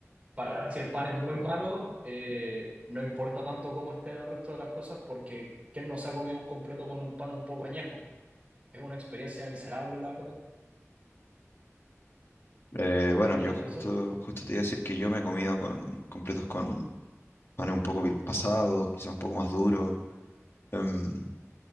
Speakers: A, on the right; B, on the left.
A: Para, si el pan es muy malo, eh, no importa tanto cómo estén el resto de las cosas, porque ¿quién no se ha comido un completo con un pan un poco añejo? Es una experiencia miserable, la verdad.
B: Eh, bueno,
A: ¿Qué opinas
B: yo justo,
A: de eso?
B: justo te iba a decir que yo me he comido con completos con panes un poco vi- pasados, quizá un poco más duros. em,